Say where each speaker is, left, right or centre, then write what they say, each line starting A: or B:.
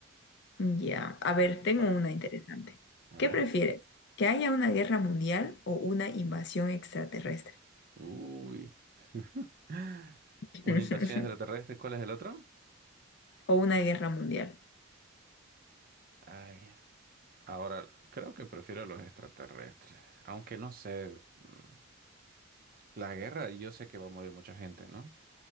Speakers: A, on the left; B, on the right.
A: Ujú. Ya, a ver,
B: Bueno, Te
A: tengo
B: toca.
A: una interesante.
B: A
A: ¿Qué
B: ver.
A: prefieres? ¿Que haya una guerra mundial o una invasión extraterrestre?
B: Uy. <laughs>
A: <laughs>
B: Una invasión extraterrestre. ¿Cuál es el otro?
A: O una guerra mundial.
B: Ay. Ahora, creo que prefiero los extraterrestres. Aunque no sé. mm, La guerra, yo sé que va a morir mucha gente, ¿no?